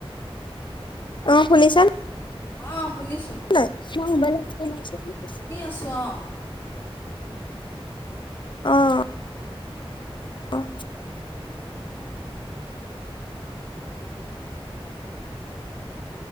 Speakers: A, on the left; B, on the left.
A: অ শুনিছা
B: অ শুনিছোঁ।
A: নাই মই মোবাইলৰ <unintelligible>
B: ছোঁ অ'
A: অ অ'।